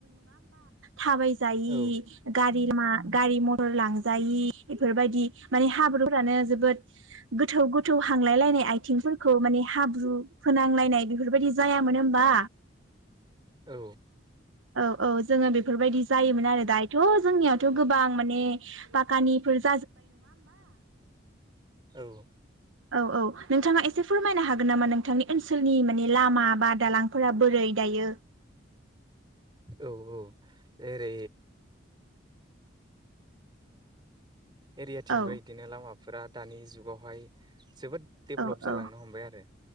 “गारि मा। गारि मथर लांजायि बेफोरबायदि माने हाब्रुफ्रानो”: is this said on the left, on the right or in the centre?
Right